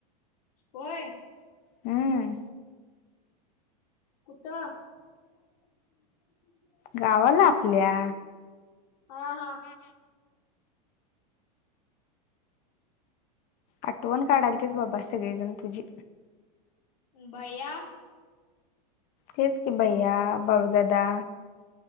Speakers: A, on the left; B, on the left.
A: व्हयं.
B: हम्म
A: कुठं? ह <unintelligible>
B: गावाला आपल्या.
A: हा हा.
B: हम्म्म. आठवण काढालतीत बाबा,, सगळेजण तुझी.
A: भया
B: तेच की, भैया, बाळुदादा.